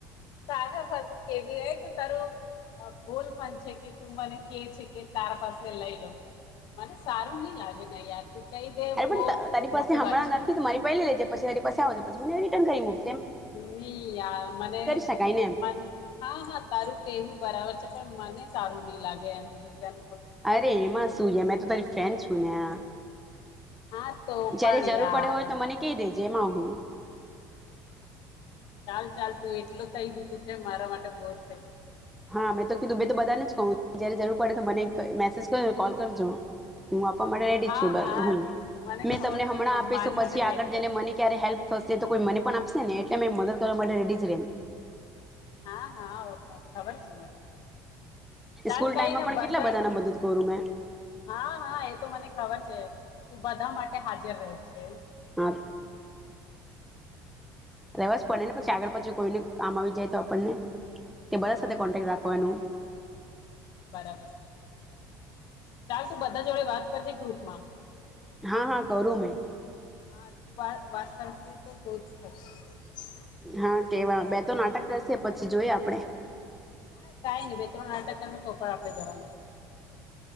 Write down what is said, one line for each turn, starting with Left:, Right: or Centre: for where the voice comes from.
Left: તારા પાસે કેવી તો તારો બોલ પણ છે કે તું મને કે છે કે તારા પાસે લઈ લો મને સારું ની લાગે ને યાર કહી દે
Centre: અરે
Left: બઉ
Centre: પણ તારી
Left: મોટી
Centre: પાસે હમણાં
Left: વાત છે
Centre: નથી તો મારી પહેલે લેજે પછી મારી પાસે આવજે પછી મને રિટર્ન કરી મુક
Left: ની યાર મને
Centre: શકાય ને એમ.
Left: મન હા હા તારું કેવું બરાબર છે પણ મને સારું ની લાગે એમ બીજાન.
Centre: અરે એમાં શું યા મેં તો તારી ફ્રેન્ડ છું ને આ.
Left: હા તો
Centre: જયારે
Left: પણ
Centre: જરૂર
Left: યાર
Centre: પડે હોય તો મને કહી દેજે એમાં હું
Left: ચાલ ચાલ તું એટલું કહી દીધું છે મારા માટે બઉ જ છે
Centre: હા મેં તો કીધું મેં તો બધાને જ કઉ જયારે જરૂર પડે તો મને મેસેજ કર કોલ કરજો હું આપવા માટે રેડી
Left: હા
Centre: જ છું
Left: હા
Centre: હ
Left: મને
Centre: મેં
Left: ખબર
Centre: તમને હમણાં
Left: છે તું અંબાની
Centre: આપીશ પછી
Left: છે ને
Centre: આગળ
Left: એટલે
Centre: જઇને મને ક્યારે હેલ્પ થશે તો કોઈ મને પણ આપશે ને મેં મદદ કરવા માટે રેડી જ રે.
Left: હા હા ખબર છે મને. ચાલ
Centre: સ્કૂલ
Left: કઈન
Centre: ટાઈમમાં પણ
Left: બધા
Centre: કેટલા બધાને મદદ કરું મેં
Left: હા હા એ તો મને ખબર છે તું બધા માટે હાજર રહી છે.
Centre: હા રવાસ પડે ને પછી આગળ પછી કોઈને કામ આવી જાય તો આપણને. તે બધા
Left: હા
Centre: સાથે કોન્ટેક્ટ
Left: હા
Centre: રાખવાનું.
Left: બરાબર. ચાલ તું બધા જોડે વાત કરજે ગ્રુપમાં
Centre: હા હા કરું મેં
Left: હા તું વાત કરશે તો <unintelligible>
Centre: હા કેવા બે તો નાટક કરશે પછી જોઈએ આપણે
Left: હા કાઈ નહી બે ત્રણ નાટક કર કોકવાર આપડે જવાનું.